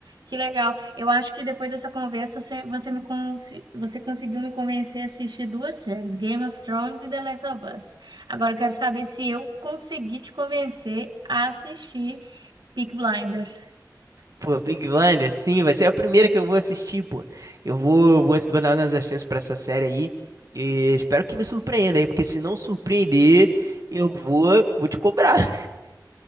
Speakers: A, on the right; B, on the right.
A: que legal. Eu acho que depois dessa conversa você, você me con- você conseguiu me convencer a assistir duas séries, Game of Thrones e The Last of Us. Agora eu quero saber se eu consegui te convencer a assistir Peaky Blinders.
B: Pô, Big Blinders, sim, vai ser a primeira que eu vou assistir, pô. Eu vou, vou, ass- vou dar umas chances pra essa série aí. E espero que me surpreenda aí, porque se não surpreender, eu vou, vou te cobrar. <laughs>